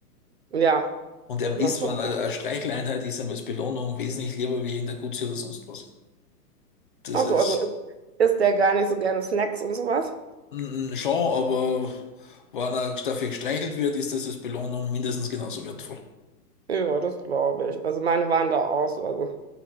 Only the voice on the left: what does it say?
Und er
ist,
wenn
er eine Streicheleinheit ist, ihm als Belohnung wesentlich lieber wie irgendein Gutsy oder sonst was. Das
ist
mm, schon, aber wenn er dafür gestreichelt wird, ist das als Belohnung mindestens genauso wertvoll.